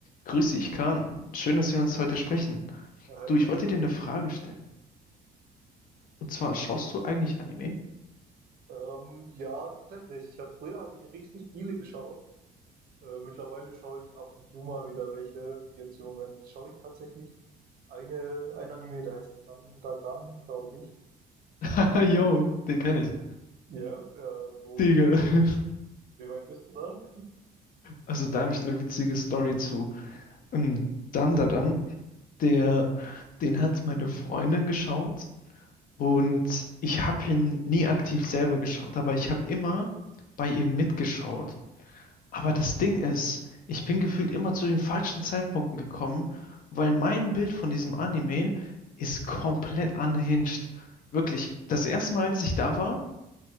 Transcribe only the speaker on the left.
Grüß dich, Kahn. Schön, dass wir uns heute sprechen.
Du, ich
wollte dir eine Frage stellen. Und zwar, schaust du eigentlich Anime? <laughs>
Ah, yo, den kenne ich.
Digga. <laughs>
Also, da habe ich eine witzige Story zu. Ähm, Dandadan, der, den hat meine Freundin geschaut und ich habe ihn nie aktiv selber geschaut, aber ich habe immer bei ihr mitgeschaut. Aber das Ding ist, ich bin gefühlt immer zu den falschen Zeitpunkten gekommen, weil mein Bild von diesem Anime ist komplett unhinged. Wirklich, das erste Mal, als ich da war,